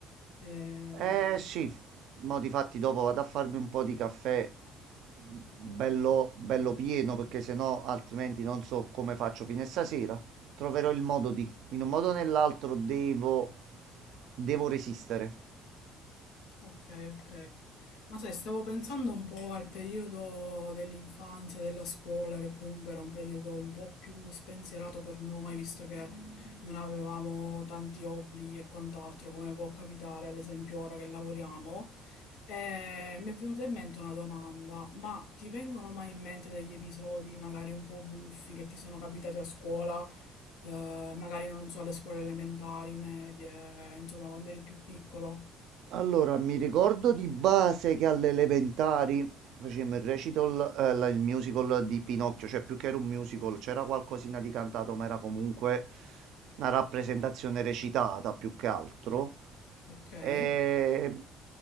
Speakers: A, on the left (about 85°); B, on the right (about 65°).
A: Eh,
B: Eh sì, mo di fatti dopo vado a farmi un po' di caffè bello, bello pieno perché sennò altrimenti non so come faccio fino a stasera. Troverò il modo di, in un modo o nell'altro devo, devo resistere.
A: Ok, ok. Ma sai, stavo pensando un po' al periodo dell'infanzia, della scuola, che comunque era un periodo un po' più spensierato per noi, visto che non avevamo tanti obblighi e quant'altro, come può capitare ad esempio ora che lavoriamo. E mi è venuta in mente una domanda, ma ti vengono mai in mente degli episodi magari un po' buffi che ti sono capitati a scuola, eh, magari non so, alle scuole elementari, medie, insomma, quando eri più piccolo?
B: Allora, mi ricordo di base che alle elementari facevamo il recital, eh, la- il musical di Pinocchio, cioè più che era un musical, c'era qualcosina di cantato, ma era comunque una rappresentazione recitata più che altro.
A: Okay,
B: Ehm,